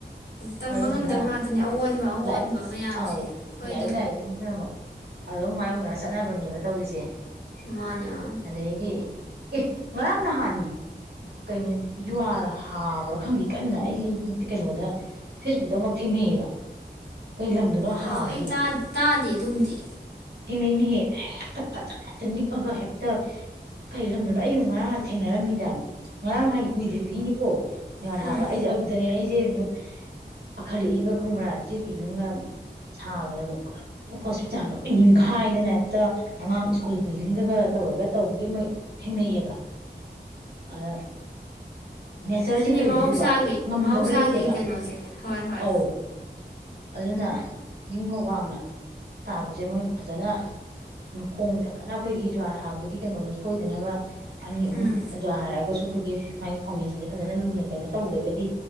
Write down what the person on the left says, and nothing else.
ꯇꯝꯕ
ꯉꯝꯗꯕ ꯉꯥꯛꯇꯅꯤ ꯑꯑꯣꯟꯕ ꯑꯍꯣꯟꯕ
ꯃꯌꯥꯝꯁꯦ
ꯑꯩꯈꯣꯏ
ꯑꯗꯨꯝ
ꯃꯥꯅꯦ ꯃꯥꯅꯦ
ꯑꯣ
ꯑꯩ ꯇꯥꯗꯦ ꯑꯗꯨꯝꯗꯤ
ꯎꯝ
ꯁꯤꯅꯤ
ꯃꯍꯧꯁꯥꯒꯤ
ꯃꯍꯧꯁꯥꯒꯤ
ꯀꯩꯅꯣꯁꯦ ꯍꯣꯏ ꯍꯣꯏ
ꯎꯝ